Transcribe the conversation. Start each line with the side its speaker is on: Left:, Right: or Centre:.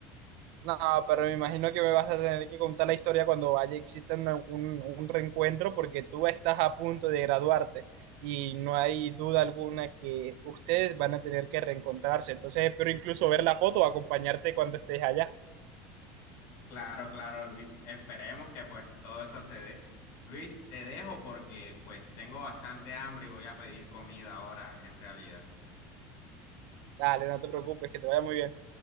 Right: No, pero me imagino que me vas a tener que contar la historia cuando haya exista una- un, un reencuentro porque tú estás a punto de graduarte y no hay duda alguna que ustedes van a tener que reencontrarse. Entonces espero incluso ver la foto o acompañarte cuando estés allá.
Left: Claro, claro, Luis, esperemos que pues todo eso se dé. Luis, te dejo porque pues tengo bastante hambre y voy a pedir comida ahora en realidad.
Right: Dale, no te preocupes, que te vaya muy bien.